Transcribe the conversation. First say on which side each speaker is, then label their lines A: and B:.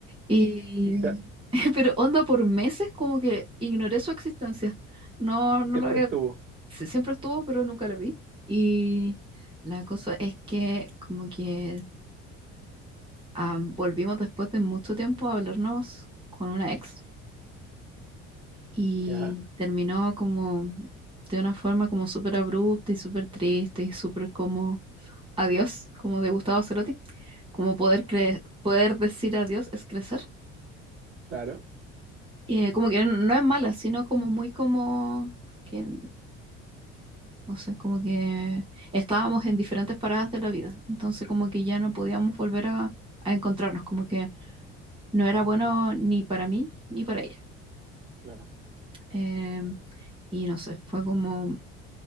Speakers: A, on the right; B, on the right.
A: Y,
B: ya.
A: <laughs> pero onda por meses como que ignoré su existencia. No, no
B: Siempre
A: lo había,
B: estuvo.
A: sí, siempre estuvo, pero nunca lo vi. Y la cosa es que como que am, volvimos después de mucho tiempo a hablarnos con una ex y
B: Ya,
A: terminó como de una forma como súper abrupta y súper triste y súper como adiós, como de Gustavo Cerati. Como poder cre- poder decir adiós es crecer.
B: claro.
A: Eh, como que no es mala, sino como muy como que, no sé, como que estábamos en diferentes paradas de la vida, entonces como que ya no podíamos volver a, a encontrarnos, como que no
B: Mm,
A: era bueno ni para mí ni para ella.
B: claro.
A: Eh, y no sé, fue como,